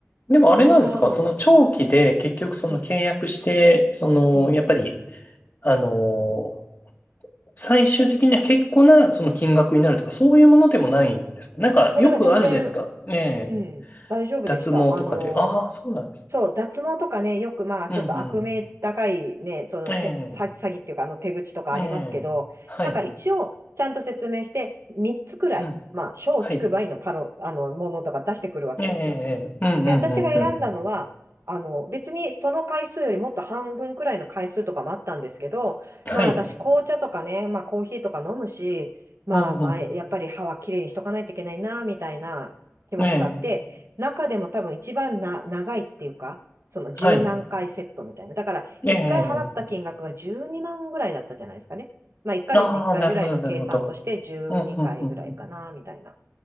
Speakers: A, on the left; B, on the right.
A: でもあれなんですかその長期で結局その契約して、
B: まあ、うん。
A: その、
B: うん。
A: やっぱり、あの最終的には結構なその金額になるとか、そういうものでもないんですかなんかよくあるじゃないですか。
B: それが全然、
A: ええ、
B: うん、大丈夫でした。
A: 脱毛とかで。
B: あのー、
A: ああ、そうなんです
B: そう、脱毛とかね、よくまあ、
A: ね。
B: ちょっと悪名高いね、
A: うんうん。
B: その手、
A: ええ、
B: 詐詐欺っていうか、あの手口とかありますけど、
A: ええ、はい。
B: なんか一応、ちゃんと説明して、3つくらい、
A: うん、
B: まあ、小竹梅のパロ、
A: はい。
B: あの、ものとか出してくるわけですよ。
A: ええ、ええうんうんうんうん。
B: で、私が選んだのは、あの、別にその回数よりもっと半分くらいの回数とかもあったんですけど、
A: はい。
B: まあ私紅茶とかね、まあコーヒーとか飲むし、まあ前、
A: うんうん。
B: やっぱり歯はきれいにしとかないといけないな、みたいな気持ちがあって、
A: ええ、
B: 中でも多分一番な、長いっていうか、その十何回セットみたいな。
A: はい。
B: だから一回払った金額が12万ぐらいだったじゃないですかね。
A: ええ、
B: まあ1ヶ月1回ぐらいの計算として12回ぐらいかな、
A: ああ、なるほど、なるほど。うんうんうん。
B: みたいな。